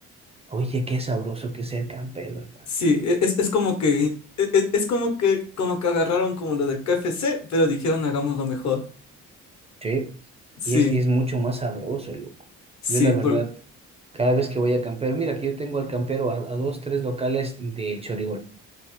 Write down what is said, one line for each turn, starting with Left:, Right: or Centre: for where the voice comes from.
Right: Oye, qué sabroso que es el campero, hermano.
Left: Sí, e- es, es como que, e- e- es como que, como que agarraron como lo del KFC, pero dijeron hagámoslo mejor.
Right: Sí,
Left: Sí,
Right: y es, y es mucho más sabroso, loco.
Left: sí,
Right: Yo, la verdad,
Left: por...
Right: cada vez que voy a campero, mira, que yo tengo al campero a, a dos, tres locales del Chorigol.